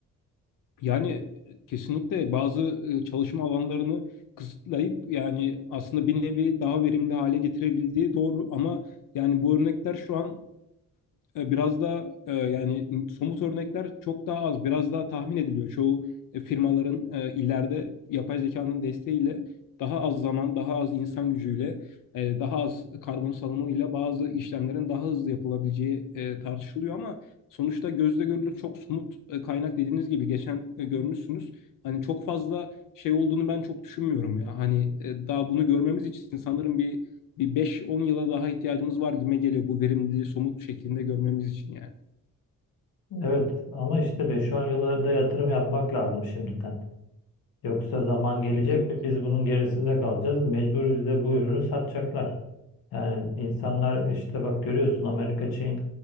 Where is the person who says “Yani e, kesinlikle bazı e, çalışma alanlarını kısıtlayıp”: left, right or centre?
Left